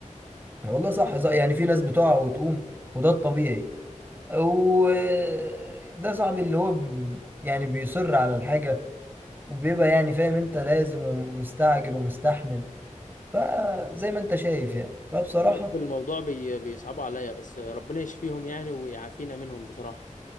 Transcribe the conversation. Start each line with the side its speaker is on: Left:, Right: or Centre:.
Right: والله صح صح يعني في ناس بتقع وتقوم وده الطبيعي وده صاحبي اللي هو بي يعني بيصر على الحاجة وبيبقى يعني فاهم انت لازم ومستعجل ومستحمل فزي ما انت شايف يعني فبصراحة
Left: بجد الموضوع بي بيصعبوا عليا بس ربنا يشفيهم يعني ويعافينا منهم بصراحه